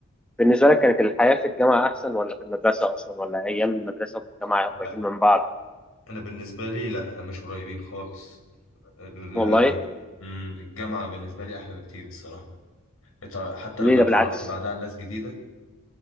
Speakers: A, in the centre; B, on the left (about 80°).
A: بالنسبة لك كانت الحياة في الجامعة أحسن ولا في المدرسة أصلا ولا أيام المدرسة والجامعة قريبين
B: لا
A: من بعض؟
B: انا بالنسبة لي لا مش قريبين خالص ال-
A: والله
B: مم، الجامعة بالنسبة لي احلى بكتير الصراحة اتع- حتى
A: ليه
B: لما
A: ده
B: اتعرفت
A: بالعكس
B: بعدها على ناس جديدة